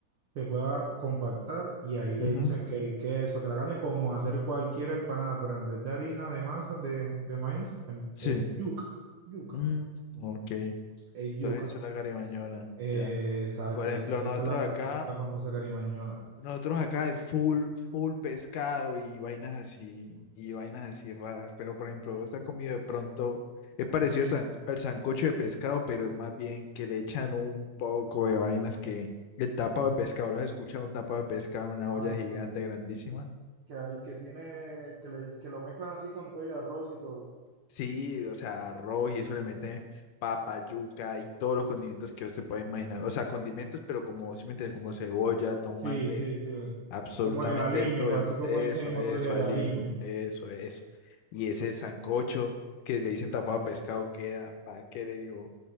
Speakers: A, on the right; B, on the left.
A: se pueda compactar y ahí le
B: Ujú.
A: echan que el queso, que la carne, como hacer cualquier empanada, pero en vez de harina de masa de, de maíz, em-
B: Sí.
A: es yuca, yuca.
B: Mm, ok. Entonces
A: es yuca.
B: eso es la garibañola,
A: Eh,
B: ya.
A: exacto,
B: Por ejemplo,
A: esa,
B: nosotros
A: esa es la, fa-
B: acá,
A: es la famosa carimañola.
B: nosotros acá es full, full pescado y vainas así, y vainas así raras. Pero por ejemplo, vos has comido de pronto, es parecido al, san- al sancocho de pescado, pero es más bien que le echan un poco de vainas que el tapado de pescado, ¿lo has escuchado? Un tapado de pescado en una
A: Ah,
B: olla gigante, grandísima.
A: que hay, que tiene, que, le- que lo mezclan así con todo y arroz y todo.
B: Sí, o sea, arroz y eso le meten papa, yuca y todos los condimentos que usted pueda imaginar. O sea, condimentos, pero como, si me entiendes, como cebolla, tomate.
A: Sí, sí, sí.
B: Absolutamente
A: Como el aliño,
B: de todo.
A: así como
B: Eso,
A: dicen en otros,
B: eso,
A: el
B: aliño.
A: aliño.
B: Eso, eso. Y ese sancocho que le dicen tapado de pescado queda, ¿para qué le digo?